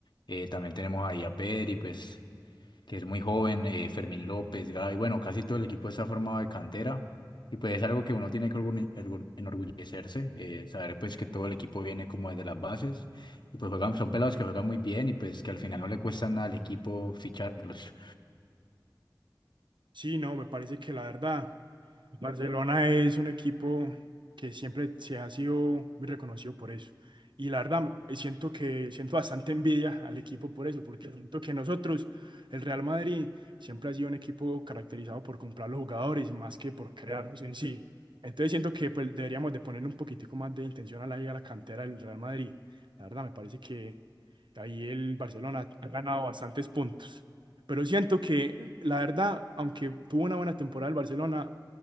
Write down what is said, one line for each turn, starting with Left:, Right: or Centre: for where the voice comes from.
Left: eh, también tenemos ahí a Pedri, pues que es muy joven, eh, Fermín López, Gaby, bueno, casi todo el equipo está formado de cantera y pues es algo que uno tiene que orgulli- orgu- enorgullecerse, eh, saber pues que todo el equipo viene como desde las bases y pues juegan, son pelados que juegan muy bien y pues que al final no le cuesta nada al equipo ficharlos.
Right: Sí, no, me parece que la verdad, Barcelona es un equipo que siempre se ha sido muy reconocido por eso. Y la verdad, eh, siento que siento bastante envidia al equipo por eso, porque siento que nosotros, el Real Madrid, siempre ha sido un equipo caracterizado por comprar los jugadores más que por crearlos en sí. Entonces siento que pues, deberíamos de poner un poquitico más de intención a la, a la cantera del Real Madrid. La verdad, me parece que ahí el Barcelona ha ganado bastantes puntos. Pero siento que, la verdad, aunque tuvo una buena temporada el Barcelona,